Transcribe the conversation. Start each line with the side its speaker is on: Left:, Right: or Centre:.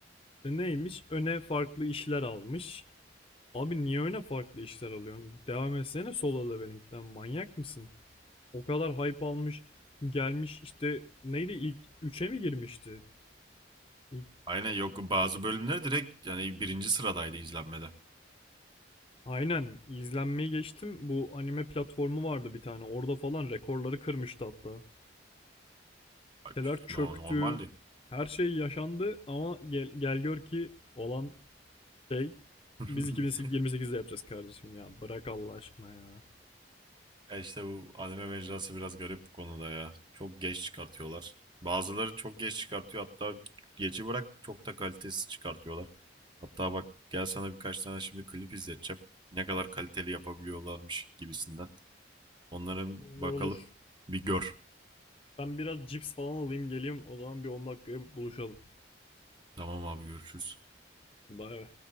Left: E neymiş? Öne farklı işler almış. Abi niye öne farklı işler alıyorsun? Devam etsene solo leveling'den. Manyak mısın? O kadar hype almış. Gelmiş işte neydi ilk üçe mi girmişti? İlk-
Right: Aynen yok bazı bölümler direkt yani birinci sıradaydı izlenmede.
Left: Aynen izlenmeyi geçtim. Bu anime platformu vardı bir tane. Orada falan rekorları kırmıştı hatta.
Right: Ay,
Left: siteler çöktü.
Right: no- Normaldi.
Left: Her şey yaşandı ama gel, gel gör ki olan şey
Right: <laughs>
Left: biz 2028'de yapacağız kardeşim ya. Bırak Allah aşkına ya.
Right: E işte bu anime mecrası biraz garip bu konuda ya. Çok geç çıkartıyorlar. Bazıları çok geç çıkartıyor. Hatta geçi bırak çok da kalitesiz çıkartıyorlar. Hatta bak gel sana birkaç tane şimdi klip izleteceğim. Ne kadar kaliteli yapabiliyorlarmış gibisinden. Onların
Left: Olur
Right: bakalım
Left: olur.
Right: bir gör.
Left: Ben biraz cips falan alayım geleyim. O zaman bir 10 dakikaya buluşalım.
Right: Tamam abi görüşürüz.
Left: Bay bay.